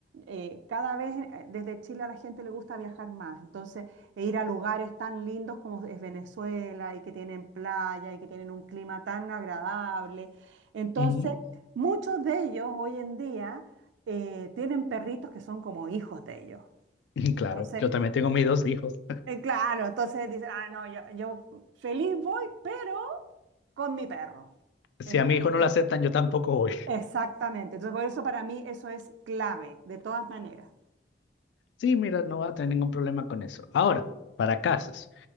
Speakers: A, on the right; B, on the left.
A: eh, cada vez eh, desde Chile a la gente le gusta viajar más, entonces e ir a lugares tan lindos como es Venezuela y que tienen playa y que tienen un clima tan agradable. Entonces,
B: ujú,
A: muchos de ellos hoy en día eh, tienen perritos que son como hijos de ellos.
B: <laughs> Claro,
A: Entonces,
B: yo también tengo mis dos hijos.
A: eh, Claro, entonces dicen, ah, no, yo, yo feliz voy, pero con mi perro.
B: Si
A: Entonces,
B: a mi hijo no lo aceptan, yo tampoco voy.
A: exactamente. Entonces, por eso para mí eso es clave, de todas maneras.
B: Sí, mira, no va a tener ningún problema con eso. Ahora, para casas,